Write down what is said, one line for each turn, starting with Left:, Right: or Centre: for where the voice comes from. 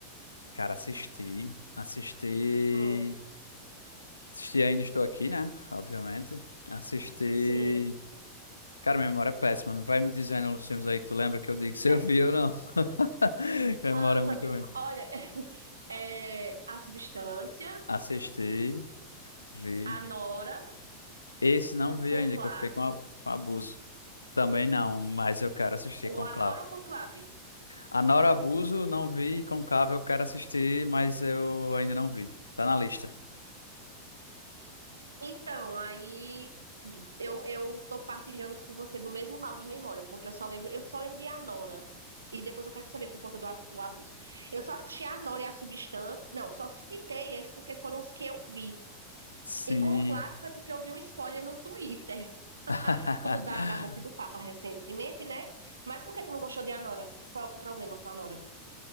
Left: Cara, assisti, assisti,
Right: Hum,
Left: assisti Ainda Estou Aqui, né? Obviamente. Assisti.
Right: sim.
Left: Cara, minha memória é péssima. Vai me dizendo os filmes aí que tu lembra que eu digo se
Right: É.
Left: eu vi ou não. <laughs> Minha
Right: <laughs>
Left: memória é muito ruim.
Right: Olha, é, a substância,
Left: Assisti, vi.
Right: a Nora,
Left: Esse não vi
Right: conclave,
Left: ainda, que eu fiquei com, a- com abuso. Também não, mas eu quero assistir
Right: ou
Left: com
Right: a
Left: Conclave.
Right: Nora ou conclave?
Left: A Nora Abuso não vi, Conclave eu quero assistir, mas eu ainda não vi. Tá na lista.
Right: Então, aí eu, eu tô partilhando com você do mesmo mal de memória, porque eu só lembro, eu só lembro de Anora. E depois eu quero saber por conta do a- o abuso. Eu só assisti a Anora e a Substância. Não, só citei eles porque foram os que eu vi.
Left: Sim.
Right: E com o Claro foi porque eu vi um spoiler no Twitter. <laughs>
Left: <laughs>
Right: Por conta da, da morte do Papa recentemente, né? Mas por que tu não gostou de Anora? Qual é o problema com a Anora?